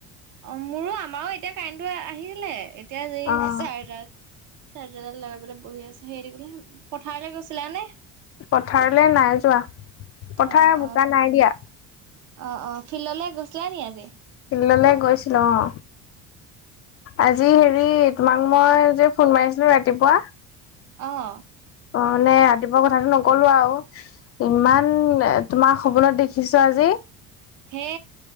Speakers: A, on the right; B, on the left.
A: অ, মোৰো আমাৰো এতিয়া কাৰেণ্টটো আহিলে এতিয়া এই
B: অ'।
A: চাৰজাৰাত চাৰ্জাৰডাল লগাবলৈ বহি আছে হেৰি বোলে পথাৰে গৈছিলা নে?
B: পথাৰলৈ নাই যোৱা পথাৰ
A: অ অ
B: বোকা নাই দিয়া।
A: অ', অ', ফিল্ডলৈ গৈছিলা নি আজি?
B: ফিল্ডলে গৈছিলো অ, আজি হেৰি তোমাক মই যে ফোন মাৰিছিলো ৰাতিপুৱা।
A: অ',
B: অ, নে ৰাতিপুৱা কথাটো নকলো আৰু। ইমান তোমাৰ সপোনত দেখিছো আজি।
A: হে